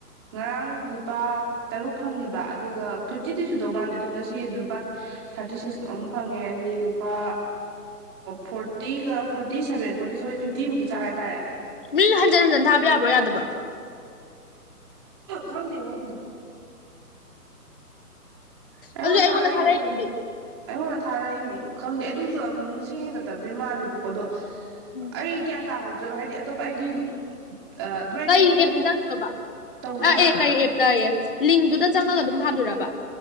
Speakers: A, on the right (about 15°); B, on the left (about 35°).
A: ꯉꯔꯥꯡ ꯂꯨꯄꯥ ꯇꯔꯨꯛ ꯐꯪꯈꯤꯕ ꯑꯗꯨ ꯑꯗꯨꯒ ꯐꯤꯐꯇꯤ ꯊ ꯁꯨꯗꯧ ꯃꯥꯥꯟꯂꯦ ꯑꯗꯣ ꯉꯁꯤ ꯂꯨꯄꯥ ꯊꯥꯔꯇꯤ ꯁꯤꯛꯁ ꯑꯃꯨꯛ ꯐꯪꯉꯦ ꯑꯗꯨꯗꯤ ꯂꯨꯄꯥ ꯐꯣꯔꯇꯤꯒ ꯐꯣꯔꯇꯤ ꯁꯚꯦꯟ ꯐꯣꯔꯇꯤ ꯁꯦꯣꯏ ꯐꯤꯞꯇꯤꯃꯨꯛꯀꯤ ꯆꯥꯡ ꯍꯥꯏꯇꯥꯔꯦ
B: ꯃꯤ ꯍꯟꯖꯤꯟ ꯍꯟꯖꯤꯟ ꯊꯥꯕ ꯌꯥꯕ꯭ꯔꯣ ꯌꯥꯗꯕ꯭ꯔꯣ
A: ꯈꯪꯗꯦ ꯉꯣ ꯑꯗꯨꯗ ꯑꯩꯉꯣꯟꯗ
B: ꯑꯗꯨꯗꯤ
A: ꯉ ꯊꯥꯔꯚ
B: ꯊꯥꯔꯛꯏꯗꯨꯗꯤ
A: ꯌꯦꯡꯒꯦ ꯀꯤꯅꯣ ꯑꯩꯉꯣꯟꯗ ꯊꯥꯔꯒ ꯌꯦꯡꯉꯣ ꯈꯪꯗꯦ ꯑꯗꯨꯁꯨꯁꯤꯡ ꯍꯦꯟꯒꯠꯇꯕꯗꯤ ꯃꯥꯜꯂꯦꯕꯀꯣ ꯑꯗꯣ
B: ꯎꯝ
A: ꯑꯩꯒ ꯇꯥꯍꯧꯗ꯭ꯔꯕ ꯍꯥꯏꯗꯤ ꯑꯇꯣꯞꯄ ꯑꯩꯒꯤ ꯑꯗꯨꯃꯥꯏꯅ
B: ꯀꯩ
A: ꯊꯥꯗꯣꯛ ꯊꯥꯖꯤꯟ
B: ꯑꯦꯞꯇꯪꯅꯣꯕ
A: ꯇꯧ
B: ꯑ
A: ꯍꯥ
B: ꯑꯦ ꯀꯩ ꯑꯦꯞꯇꯌꯦ ꯂꯤꯡꯇꯨꯗ ꯆꯪꯉꯒ ꯑꯗꯨꯝ ꯊꯥꯗꯔꯕ